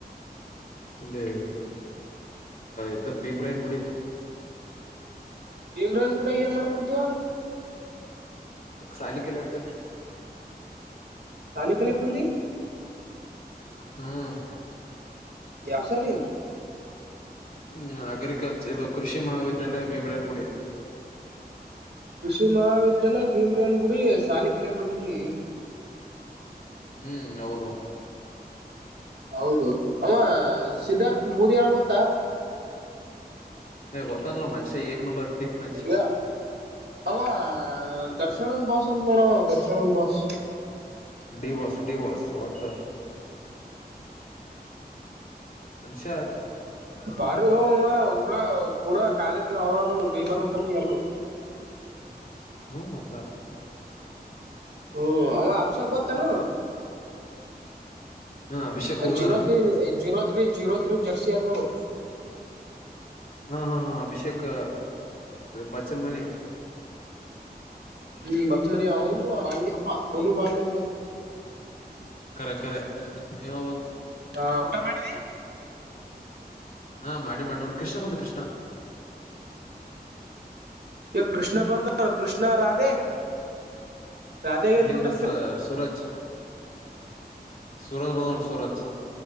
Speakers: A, on the left (about 55°); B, on the right (about 90°).
A: ಇಲ್ಲಿ ಇದದು ಭೀಮ್ರೇನ್ ಗುಡಿ
B: ಇಮ್ರನ್ ಕೂಡ ಏನ್ ಮಾಡ್ಕೊಂತೀವ
A: ಸಾಲಿಕಲ್ಲತನೆ
B: ಎ ಕೆಲಕಂದ
A: ಹ್ಮ್
B: ಯಾವ ಸಾಲಿ
A: ಹ್ಮ್ ಅಗ್ರಿಕಲ್ಚರ್ ಇದು ಕೃಷಿ ಮಹಾವಿದ್ಯಾಲಯ ಭೀಮ್ರೇನ ಗುಡಿ
B: ಕೃಷಿ ಮಹಾವಿದ್ಯಾಲಯ ಭೀಮ್ರೇನ್ ಗುಡಿ ಸಾಲಿ ಕಡ ಬಂದಿನಿ
A: ಹ್ಮ್ ಹೌದು
B: ಹೌದು ಅಮ್ಮ ಸಿದ್ಧಾರ್ಥ ಬೂದಿ ಯಳ ಗೊತ್ತಾ
A: ಹ ಹೊತ್ತಲ್ಲ ಮಾಸಏ ನಂಬರ್ ಟಿಕ್ ಮನುಷ್ಯ
B: ಈ ಅವ ದರ್ಶನನ್ ಬಸ ಅಂತ ನೋಡವ ದರ್ಶನ್ ಚನ್ ಬಸ್
A: ಡಿವೋರ್ಸ್ ಡಿವೋರ್ಸ್ ಒತರರ ಅಮಷ
B: ಪರಿ ಉಊರ ಪೂರಾ ಕಾಾಲಜ ಹವ ತ ಬಸಂತ ಗಲ
A: ಹ್ಮ್ ಮತ್ತ
B: ಹ್ಮ್ ಅವ ಅಭಿಷಕ್ ಗೊತ್ತಾನು
A: ಹ್ಮ ಅಭಿಷೇಕ್ ಹುಗಾರ
B: zero three zero three zero three jersey ಅಲ್ಲಿ ನೋಡು
A: ಹಾ ಹಾ ಹಾ ಅಭಿಷೇಕ್ ಬಚ್ಚಲ್ ಮನಿ
B: ಹ್ಮ್ ಬಚ್ಚಲ್ ಮನಿ ಅವನುಂಗ್ಯಪ್ಪ ಅವನು ಬಾಳ ಡೇಂಜರ್
A: ಕರೆ ಕರೆ ಇವಾ
B: ಹಾ ಊಟ ಮಾಡಿದ್ದಿ
A: ಹಾ ಮಾಡಿ ಮಾಡಿ ನೋಡಿ ಕೃಷ್ಣ ಬಂದ್ ಕೃಷ್ಣ
B: ಈ ಕೃಷ್ಣ ಬಂದ ಕೃಷ್ಣ ರಾಧೆ ರಾಧೆಗೆ
A: <unintelligible>
B: ಎಲ್ಬಿಟ್ಟನ್ ಕೇಳ
A: ಸೂರಜ್ ಸೂರಜ್ ಬಂದ ನೋಡು ಸೂರಜ್